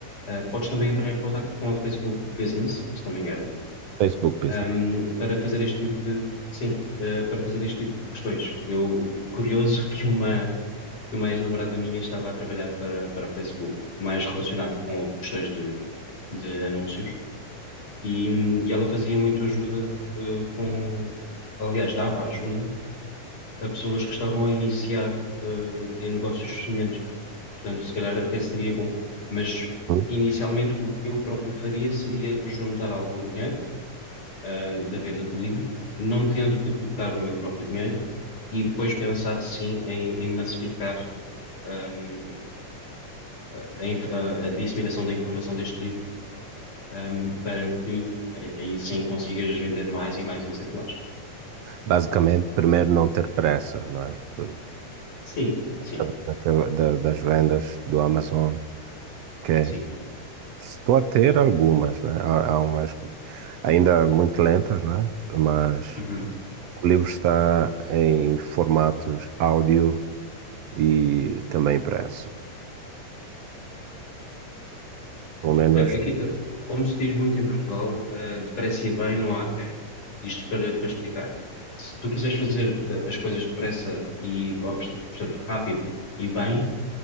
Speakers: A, on the left; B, on the right.
A: ah, podes também entrar em contato com a Facebook Business, se não me engano,
B: Facebook Business.
A: um, para fazer este tipo de, sim, ah, para fazer este tipo de questões. Eu, curioso que uma, que uma ex-namorada minha estava a trabalhar para, para a Facebook, mais relacionado com questões de, de anúncios, e, hum, e ela fazia muito ajuda, ah, com, aliás, dava ajuda a pessoas que estavam a iniciar, hum, em negócios semelhantes. Portanto, se calhar até seria bom. Mas
B: Uhum.
A: inicialmente o que eu próprio faria seria juntar algum dinheiro, hum, da venda do livro, não tendo que colocar o meu próprio dinheiro e depois pensar sim em, em massificar. hum, a, a inf- a- a disseminação da informação deste livro, hum, para que aí aí sim consigas vender mais e mais exemplares.
B: Basicamente, primeiro não ter pressa, não é? Que,
A: Sim,
B: através
A: sim,
B: daquela- da- das vendas do Amazon, que é-
A: sim.
B: estou a ter algumas, né? Há, há umas ainda muito lentas, né? Mas
A: Uhum.
B: o livro está em formatos áudio e também impresso. Pelo menos
A: É, é que, eh, como se diz muito em Portugal, eh, depressa e bem não há quem. Isto para, para explicar. Se tu quiseres fazer eh, as coisas depressa e, ou, porta- portanto, rápido e bem,